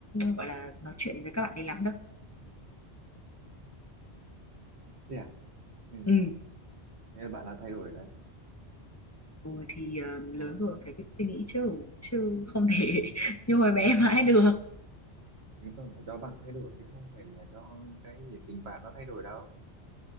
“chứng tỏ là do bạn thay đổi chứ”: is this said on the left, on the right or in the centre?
Right